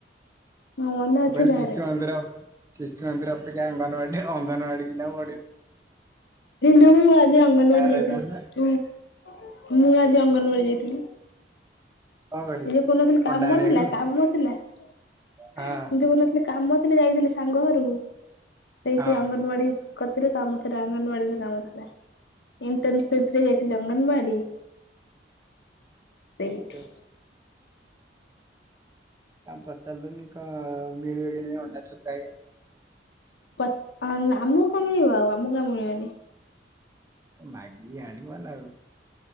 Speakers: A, on the left; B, on the right.
A: ହଁ ମନେ
B: ମୁଁ
A: ଅଛି
B: କହିଲି
A: ତାହେଲେ
B: ଶିଶୁମନ୍ଦିର ଶିଶୁମନ୍ଦିର ଅପେକ୍ଷା ଅଙ୍ଗନୱାଡ଼ି ଅଙ୍ଗନୱାଡି କିନା <unintelligible>
A: ଇଲୋ ମୁଁ ଆଜି ଅଙ୍ଗନୱାଡି ଯାଇଥିଲି
B: ରହିଥାନ୍ତା
A: ମୁଁ ଆଜି ଅଙ୍ଗନୱାଡି ଯାଇଥିଲି।
B: କଣ କରିବି
A: ଏବେ କହୁନଥିଲି କାମ
B: ଅଣ୍ଡା ଆଣିବାକୁ
A: ଥିଲା କାମ ଥିଲା
B: ହଁ
A: ମୁଁ ଯୋଉ କହୁନଥିଲି କାମ ଥିଲା ଯାଇଥିଲି ସାଙ୍ଗ ଘରକୁ ସେଇ
B: ହଁ
A: ସେଇ ଅଙ୍ଗନୱାଡ଼ି କତିରେ କାମ ଥିଲା ଅଙ୍ଗନୱାଡ଼ିରେ କାମ ଥିଲା। ଇଣ୍ଟେନ୍ ସିପରେ ଯାଇଥିଲି ଅଙ୍ଗନୱାଡ଼ି। ସେଇଠି
B: <unintelligible> ଆଚ୍ଛା ପଚାରୁଲୁନି କଣ ମିଳିବ କି ନାହିଁ ଅଣ୍ଡା ଛତୁଆ ଆଜ୍ଞା?
A: ପ ଆମକୁ କଣ ମିଳିବ ଆଉ ଆମକୁ ଆଉ ମିଳିବନି।
B: ମାଗି ଆଣିିବ ନା ଆଉ